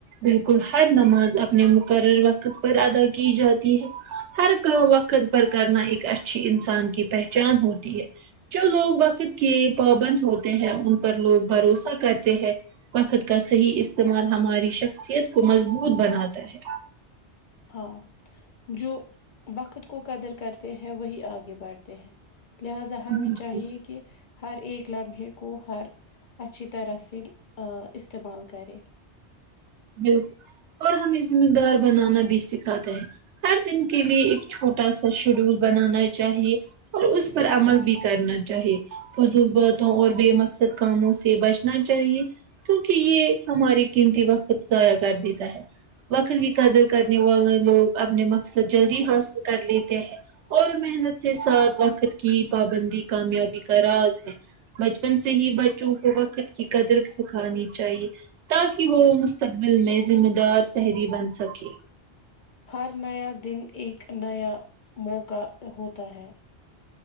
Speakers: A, on the right; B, on the left.
A: بالکل ہر نماز اپنے مقرر وقت پر ادا کی جاتی ہے ہر کام وقت پر کرنا ایک اچھی انسان کی پہچان ہوتی ہے جو لوگ وقت کے پابند ہوتے ہیں ان پر لوگ بھروسہ کرتے ہیں وقت کا صحیح استعمال ہماری شخصیت کو مضبوط بناتا ہے
B: ہاں جو وقت کو قدر کرتے ہیں وہی آگے بڑھتے ہیں لہذا
A: ہے
B: ہمیں چاہیے کہ ہر ایک لمحے کو ہر اچھی طرح سے استعمال کرے
A: بالکل اور ہمیں ذمہ دار بنانا بھی سکھاتے ہیں ہر دن کے لیے ایک چھوٹا سا شیڈول بنانا چاہیے اور اس پر عمل بھی کرنا چاہیے فضول باتوں اور بے مقصد کاموں سے بچنا چاہیے کیونکہ یہ ہماری قیمتی وقت ضائع کر دیتا ہے وقت کی قدر کرنے والے لوگ اپنے مقصد جلدی حاصل کر لیتے ہیں اور محنت سے ساتھ وقت کی پابندی کامیابی کا راز ہے بچپن سے ہی بچوں کو وقت کی قدر سکھانی چاہیے تاکہ وہ مستقبل میں ذمہ دار سہری بن سکے
B: ہر نیا دن ایک نیا موقع ہوتا ہے